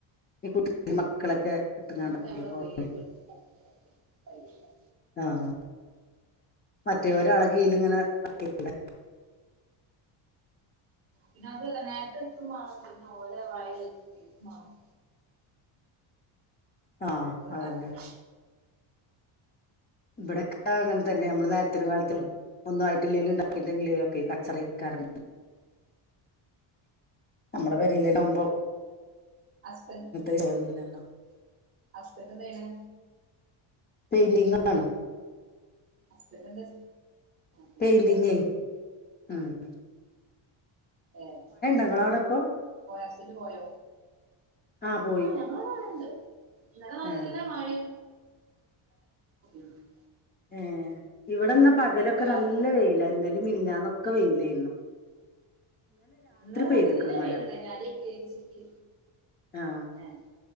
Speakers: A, on the left; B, on the right.
A: ഈ കുഞ്ഞി മക്കളൊക്കെ ഇട്ട്ക്കാണ്ട്അല്ലെ
B: നമുക്ക് നമ്മളെ
A: ഈ പോവൽ
B: <unintelligible>
A: ആഹ് മറ്റേ ഒരാളെ കീഴിലിങ്ങനെ <unintelligible>
B: പിന്നെ അതുല്ലാ നേർത്തെ എത്തും വാണം പിന്നെ ഓലെ വായേല് ള്ളത് കേക്കും വാണം
A: ആഹ് അതന്നെ
B: ടാസ്ക്കാണ്
A: ഇവ്ടെക്കെ അങ്ങനെ തന്നെ നമ്മള് നേരത്തിനും കാൽത്തും ഒന്നും ആയിട്ടില്ലേല്ലും ഇണ്ടാക്കിട്ടില്ലെക്കില് ഒക്കെ കച്ചറാ അയ്ക്കാരം നമ്മുളെ പെരേല് ന്നെ ആവുമ്പോ
B: ഹസ്ബന്
A: വിഷയൊന്നുമില്ലല്ലോ
B: ഹസ്ബന്റ് എന്താ ചെയ്ണേ
A: പെയിന്റിംങ്ങാണോ?
B: ഹസ്ബൻഡ് എന്താ പിന്നെ
A: പെയിൻ്റിങ്ങെ ആഹ്!
B: ഏഹ്
A: നിങ്ങളെ അവിടെ ഇപ്പൊ
B: പോയോ ഹസ്‌ബൻ്റ് പോയോ
A: ആ പോയി
B: ആഹ്! ഞങ്ങൾടെ അവിടെയുണ്ട്. ഇന്നലെ നല്ല
A: ഏ
B: മഴ <unintelligible>
A: ഏഹ് ഇവെടെന്നാ പകലൊക്കെ
B: ഒരു ആറു
A: നല്ല
B: മണിക്കൊക്കെ
A: വെയ്ലാ ഇന്നലിം മിനിഞ്ഞാന്നൊക്കെ വെയ്ലേയ്ര്ന്നു
B: ഇന്നലെ
A: പെയ്തിക്കണ്
B: നല്ല
A: മഴ
B: വെയ്ല്ണ്ടായ്നി അര്യൊക്കെ കെയ്കി ചിക്കി
A: ആ
B: ഏഹ്